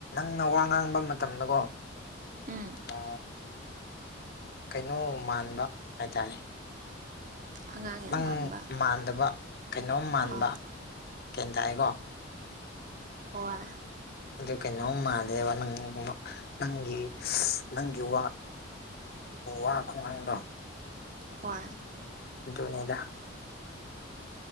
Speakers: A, on the left; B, on the right.
A: ꯅꯪꯅ ꯋꯥ ꯉꯥꯡꯕ ꯃꯇꯝꯗꯀꯣ
B: ꯎꯝ
A: ꯑ ꯀꯩꯅꯣ ꯃꯥꯟꯕ ꯍꯥꯏꯇꯥꯔꯦ
B: ꯑꯉꯥꯡ ꯌꯥꯝ
A: ꯅꯪ
B: ꯃꯥꯟꯕ
A: ꯃꯥꯟꯗꯕ ꯀꯩꯅꯣꯝ ꯃꯥꯟꯕ
B: ꯑꯥ
A: ꯒ꯭ꯌꯟ ꯇꯥꯏꯀꯣ
B: ꯍꯣꯏ
A: ꯑꯗꯨ ꯀꯩꯅꯣꯝ ꯃꯥꯜꯂꯦꯕ ꯅꯪ ꯅꯪꯒꯤ ꯅꯪꯒꯤ ꯎ ꯋꯥ ꯈꯣꯡꯒꯥꯡꯗꯣ
B: ꯍꯣꯏ
A: ꯑꯗꯨꯅꯦꯗꯥ